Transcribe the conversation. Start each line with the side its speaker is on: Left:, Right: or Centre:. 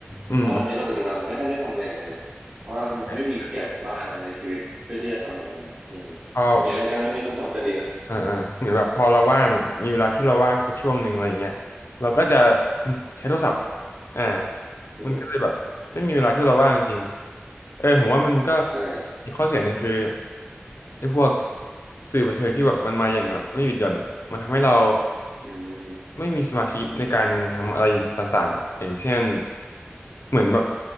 Left: อืมอืม
Right: เพราะว่าในโลกปัจจุบันไม่ค่อยได้ทำอะไรอย่างนั้นเลยเพราะว่ามันไม่มีแก็บว่างในชีวิตเพื่อที่จะทำแบบนั้นอะอืม
Left: ใช่ใช่พอ
Right: หรือการไม่มีโทรศัพท์ก็ดีนะ
Left: อ่าอ่าเหมือนแบบพอเราว่างมีเวลาที่เราว่างสักช่วงหนึ่งอะไรอย่างเงี้ยเราก็จะ <clears throat> ใช้โทรศัพท์อ่า
Right: อืม
Left: มันก็เลยแบบไม่มีเวลาที่เราว่างจริงๆเออผมว่ามันก็
Right: ใช่
Left: อีกข้อเสียหนึ่งคือไอ้พวกสื่อบันเทิงที่แบบมันมาอย่างแบบไม่หยุดหย่อนอ่ะมันทำให้เรา
Right: อืม
Left: ไม่มีสมาธิในการทำอะไรต่างๆอ่ะอย่างเช่นเหมือนแบบ